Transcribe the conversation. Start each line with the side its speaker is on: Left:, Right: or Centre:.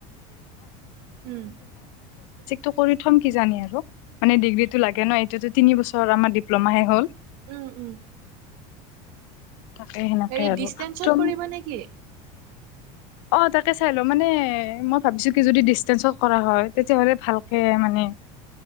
Right: উম
Left: টো কৰি থম কি জানি আৰু মানে ডিগ্ৰীতটো লাগে ন এইটো তিনি বছৰ আমাৰ ডিপ্লমাহে হ'ল
Right: উম উম
Left: তাকে সেনেকে
Right: হেৰি
Left: আৰু
Right: ডিচষ্টেঞ্চত
Left: তুম
Right: কৰিবা নেকি
Left: অ তাকে চাই ল মানে মই ভাবিছো কি যদি ডিচেঞ্চত কৰা হয় তেতিয়াহ'লে ভালকে মানে